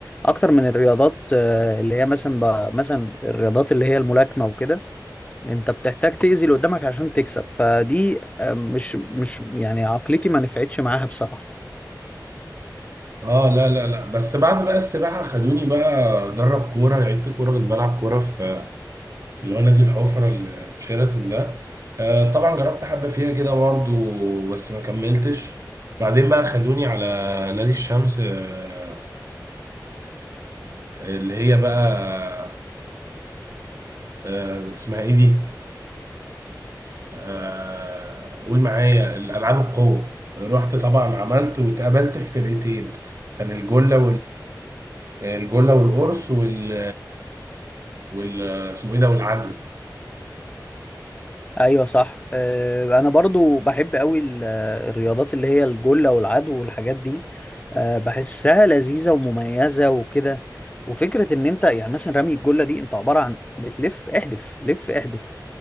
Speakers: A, on the left; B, on the right.
A: أكتر من الرياضات آه، اللي هي مثلا ب... مثلا الرياضات اللي هي الملاكمة وكده أنت بتحتاج تأذي اللي قدامك عشان تكسب فدي آه، مش مش يعني عقليتي ما نفعتش معاها بصراحة
B: اه لا لا لا بس بعد بقى السباحه خدوني بقى اجرب كوره لعبت كوره كنت بلعب كوره في في الوانا دي الحفره اللي في شيراتون ده آه طبعا جربت حبه فيها كده برضه بس ما كملتش بعدين بقى خدوني على نادي الشمس آه اللي هي بقى آه اسمها ايه دي آه قول معايا الالعاب القوه رحت طبعا عملت واتقابلت في فرقتين كان الجله الجله والقرص وال وال اسمه ايه ده والعدو
A: ايوه صح آه، انا برضو بحب قوي ال- آه، الرياضات اللي هي الجله والعدو والحاجات دي آه، بحسها لذيذه ومميزه وكده وفكره ان انت يعني مثلا رمي الجله دي انت عباره عن بتلف احدف لف احدف